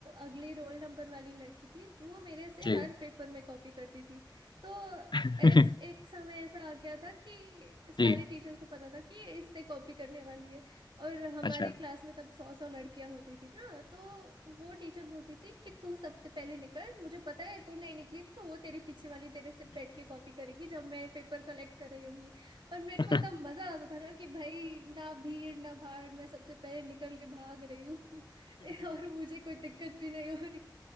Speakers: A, on the right; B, on the left.
A: अगली रोल नंबर वाली लड़की थी तो वो मेरे से
B: जी
A: हर पेपर में कॉपी करती थी तो
B: <laughs>
A: ऐस एक समय ऐसा आ गया था कि सारे
B: जी
A: टीचर्स को पता था कि इससे कॉपी करने वाली है और हमारे
B: अच्छा
A: क्लास में तब सौ सौ लड़कियां होती थी ना तो वो टीचर बोलती थी कि तू सबसे पहले निकल मुझे पता है तू नहीं निकली तो वो तेरी पीछे वाली तेरे से बैठ के कॉपी करेगी जब मैं पेपर कलेक्ट कर रही होंगी और मेरे
B: <laughs>
A: को इतना मजा आता था ना कि भाई ना भीड़ ना भाड़ मैं सबसे पहले निकल के भाग रही हूँ <laughs> और मुझे कोई दिक्कत भी नहीं हो रही